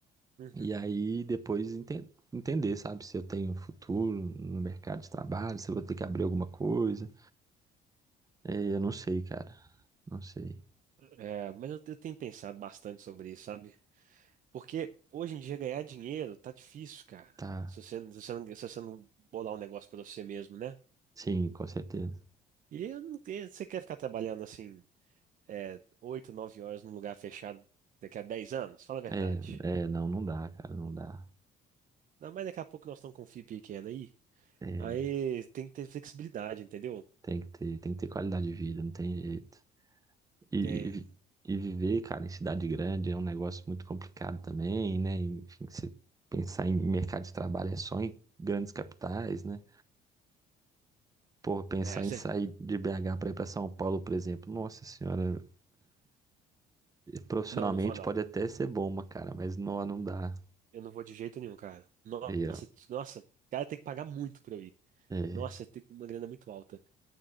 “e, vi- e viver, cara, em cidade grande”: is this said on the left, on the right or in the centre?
Right